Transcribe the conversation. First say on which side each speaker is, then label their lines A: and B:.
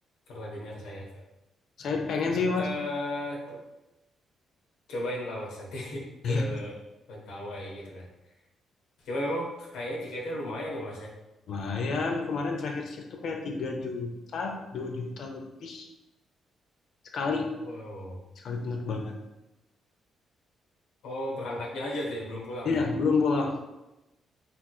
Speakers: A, on the left; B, on the left.
A: Pernah dengar saya tuh.
B: saya pengen sih
A: Eh,
B: mas. <laughs>
A: t- cobain lah mas nanti <laughs>
B: Ya,
A: ke Mentawai gitu kan. Cuma memang kayaknya tiketnya lumayan ya mas ya?
B: Lumayan, kemarin terakhir cek tuh kayak 3 juta, 2 juta lebih sekali,
A: Wow.
B: sekali penerbangan.
A: Oh, berangkatnya aja tuh ya, belum pulang
B: Iya,
A: ya?
B: belum pulang.